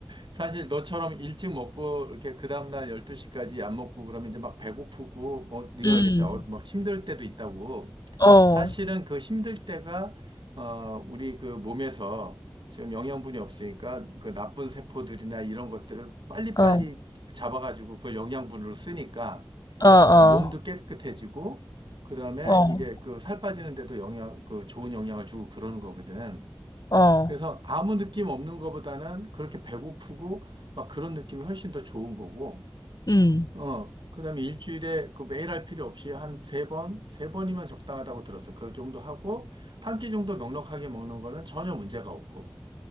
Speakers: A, on the right; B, on the left.
A: 사실 너처럼 일찍 먹고 이렇게 그 다음날 12시까지 안 먹고 그러면 이제 막 배고프고 뭐 네가
B: 음.
A: 그랬지, 어, 막 힘들 때도 있다고.
B: 어.
A: 사실은 그 힘들 때가 어, 우리 그 몸에서 지금 영양분이 없으니까 그 나쁜 세포들이나 이런 것들을 빨리빨리
B: 어.
A: 잡아가지고 그 영양분으로 쓰니까
B: 어. 어.
A: 어, 몸도 깨끗해지고, 그 다음에
B: 어.
A: 이게 그 살 빠지는데도 영향, 그 좋은 영향을 주고 그러는 거거든.
B: 어.
A: 그래서 아무 느낌 없는 거보다는 그렇게 배고프고 막 그런 느낌이 훨씬 더 좋은 거고,
B: 음.
A: 어, 그 다음에 일주일에 그 매일 할 필요 없이 한 세 번, 세 번이면 적당하다고 들었어. 그 정도 하고, 한끼 정도 넉넉하게 먹는 거는 전혀 문제가 없고,